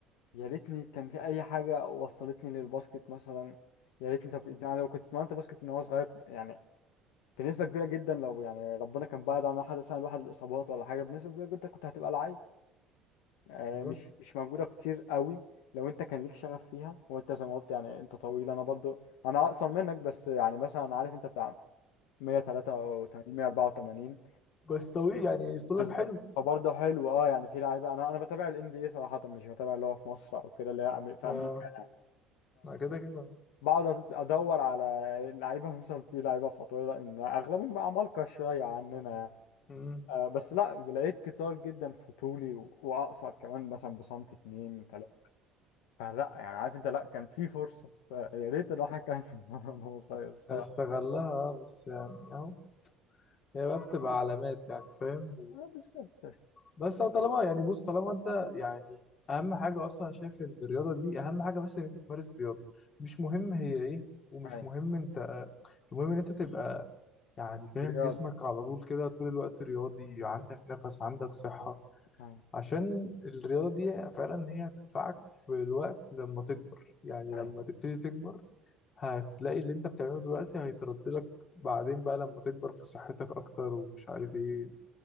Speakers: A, on the left; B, on the left.
A: يا ريتني كان في اي حاجه وصلتني للباسكت مثلا يا ريتني طب يعني لو كنت اتمرنت باسكت من وانا صغير يعني بنسبه كبيره جدا لو يعني ربنا كان بعد عن احد مثلا الواحد الاصابات ولا حاجه بنسبه كبيره جدا كنت هتبقى لعيب آه،
B: بالظبط
A: مش مش موجوده كتير قوي لو انت كان ليك شغف فيها وانت زي ما قلت يعني انت طويل انا برضو انا اقصر منك بس يعني مثلا عارف انت بتاع 183 184
B: بس طويل يعني اسطولك
A: بالظبط
B: حلو
A: فبرضه حلو اه يعني في لعيبه انا انا بتابع الان بي اي صراحه مش بتابع اللي هو في مصر او كده اللي هي أمري- في
B: آه
A: امريكا
B: ما كده كده
A: فبقعد ادور على لعيبه <laughs> مثلا في لعيبه في اطوله ان اغلبهم بقى عمالقه شويه عننا يعني
B: مم.
A: آه بس لا لقيت كتار جدا في طولي و- واقصر كمان مثلا بسنتي اتنين تلاته فلا يعني عارف انت لا كان في فرصه يا ريت الواحد كان يتمرن وهو صغير الصراحه
B: استغلها آه، بس يعني اهو هي بقى بتبقى علامات يعني فاهم
A: آه بالظبط
B: بس هو طالما يعني بص طالما انت يعني اهم حاجه اصلا انا شايف ان الرياضه دي اهم حاجه بس ان انت تمارس رياضه مش مهم هي ايه ومش
A: ايوه
B: مهم المهم ان انت تبقى يعني فاهم
A: رياضي
B: جسمك على طول كده طول الوقت رياضي عندك نفس عندك صحة
A: ايوه
B: عشان الرياضة دي فعلا هي هتنفعك في الوقت لما تكبر يعني
A: أيوة.
B: لما تبتدي تكبر هتلاقي اللي انت بتعمله دلوقتي هيترد لك بعدين بقى لما تكبر في صحتك اكتر ومش عارف ايه